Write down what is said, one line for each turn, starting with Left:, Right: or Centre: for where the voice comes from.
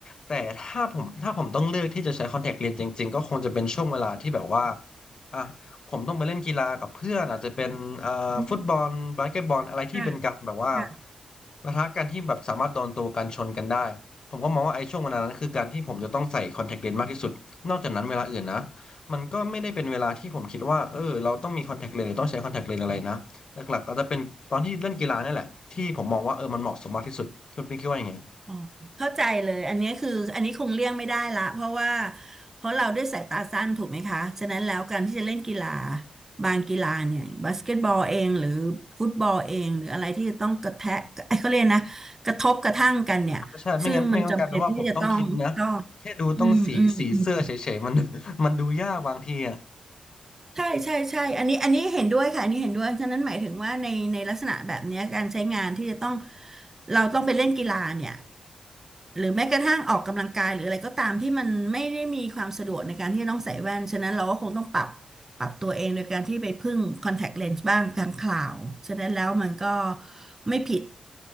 Left: แต่ถ้าผมถ้าผมต้องเลือกที่จะใช้คอนแทคเลนส์จริงๆก็คงจะเป็นช่วงเวลาที่แบบว่าอ่ะ ผมต้องไปเล่นกีฬากับเพื่อนอาจจะเป็นเอ่อฟุตบอลบาสเกตบอลอะไรที่เป็นการแบบว่า
Right: อืมค่ะค่ะ
Left: ปะทะกันที่แบบสามารถโดนตัวกันชนกันได้ผมก็มองว่าไอ้ช่วงเวลานั้นคือการที่ผมจะต้องใส่คอนแทคเลนส์มากที่สุดนอกจากนั้นเวลาอื่นนะมันก็ไม่ได้เป็นเวลาที่ผมคิดว่าเออเราต้องมีคอนแทคเลนส์หรือต้องใช้คอนแทคเลนส์อะไรนะหลักๆก็จะเป็นตอนที่เล่นกีฬานี่แหละที่ผมมองว่าเออมันเหมาะสมมากที่สุดคุณปิ๊งคิดว่ายังไง
Right: อ๋อเข้าใจเลยอันนี้คืออันนี้คงเลี่ยงไม่ได้ละเพราะว่าเพราะเราด้วยสายตาสั้นถูกไหมคะฉะนั้นแล้วการที่จะเล่นกีฬาบางกีฬาเนี่ยบาสเกตบอลเองหรือฟุตบอลเองหรืออะไรที่จะต้องกระแทะไอ้เขาเรียกนะกระทบกระทั่งกันเนี่ยซึ่งมันจำเป็นที่จะต้องต้อง
Left: ใช่ไม่งั้นไม่งั้นมันกลายเป็นว่าผมต้องคิดนะแค่ดูต้องสีสีเสื้อเฉยๆมัน
Right: อืมอืม
Left: <laughs> มันดูยากบางทีอะ
Right: ใช่ใช่ใช่อันนี้อันนี้เห็นด้วยค่ะอันนี้เห็นด้วย ฉะนั้นหมายถึงว่าในในลักษณะแบบเนี้ยการใช้งานที่จะต้องเราต้องไปเล่นกีฬาเนี่ยหรือแม้กระทั่งออกกำลังกายหรืออะไรก็ตามที่มันไม่ได้มีความสะดวกในการที่จะต้องใส่แว่นฉะนั้นเราก็คงต้องปรับปรับตัวเองโดยการที่ไปพึ่งคอนแทคเลนส์บ้างกลางคราวฉะนั้นแล้วมันก็ไม่ผิด